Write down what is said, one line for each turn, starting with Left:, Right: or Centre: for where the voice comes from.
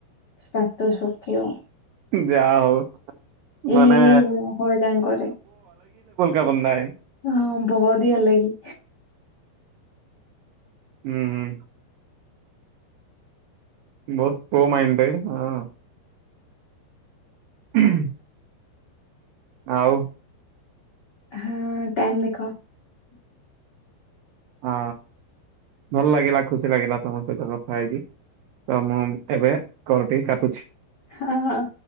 Left: ଷ୍ଟାର୍ଟସ ପକେଇବ।
Right: ଯାହା ହଉ ମାନେ
Left: ଏଇ ଏଇ ହଇରାଣ କରେ
Right: <unintelligible>
Left: ହଁ, ବହୋଦି ଅଲଗି।
Right: ହୁଁ ହୁଁ। ବହୁତ ପୋ ମାଇଣ୍ଡେଡ ହଁ। ହୁଁ ଆଉ
Left: ହଁ, ଟାଇମ୍ ଦେଖ।
Right: ହଁ, ଭଲ ଲାଗିଲା ଖୁସି ଲାଗିଲା ତମ ସହିତ କଥା ହେଇକି। ତ ମୁଁ ଏବେ କଲ୍ ଟି କାଟୁଛି।
Left: ହଁ, ହଁ।